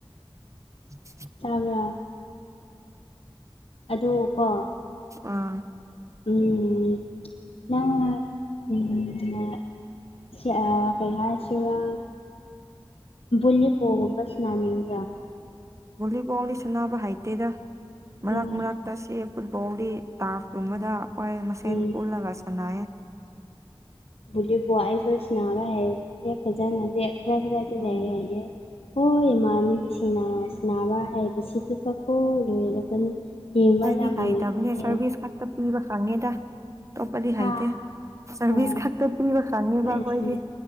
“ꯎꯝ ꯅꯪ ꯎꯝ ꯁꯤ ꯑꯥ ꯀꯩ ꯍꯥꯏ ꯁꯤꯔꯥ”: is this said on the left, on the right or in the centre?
Left